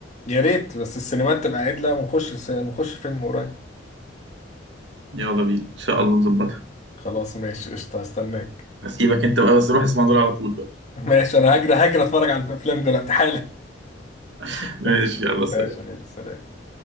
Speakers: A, on the left; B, on the right.
A: يا ريت بس السينمات تبقى عدلة ونخش الس- نخش فيلم قريب
B: يلا بينا ان شاء الله نظبطها
A: خلاص ماشي قشطة استناك
B: هسيبك انت بقى بس روح اسمع دول على طول بقى
A: ماشي انا هجري هجري اتفرج على الافلام دلوقتي حالا
B: <laughs>
A: <laughs>
B: ماشي يلا سلام
A: ماشي يا غالي، سلام